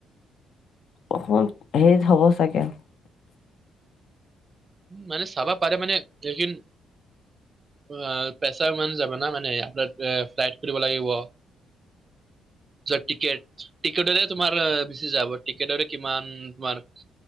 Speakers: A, on the left; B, on the right.
A: অসমত হেৰিত হ'ব চাগে আৰু।
B: মানে চাবা পাৰে মানে এইকিন অ' পেচা ইমান যাব না মানে আফতাৰ ফ্লাইট কৰিব লাগিব। যোৱা টিকট, টিকেটৰে তোমাৰ বেছি যাব। টিকেটৰে কিমান তোমাৰ অ,